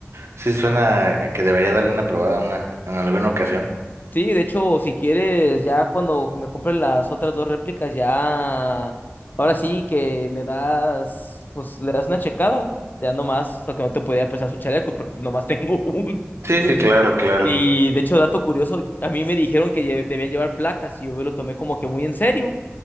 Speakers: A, on the right; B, on the left.
A: Sí, suena a que debería darle una probada una, en alguna ocasión.
B: Sí, de hecho, si quieres, ya cuando me compren las otras dos réplicas, ya, ahora sí que le das, pues le das una checada, ya nomás, lo que no te podía prestar su chaleco, porque pues, nomás tengo <laughs> uno.
A: Sí, sí, claro, claro.
B: Y de hecho, dato curioso, a mí me dijeron que lle- debían llevar placas y yo me lo tomé como que muy en serio,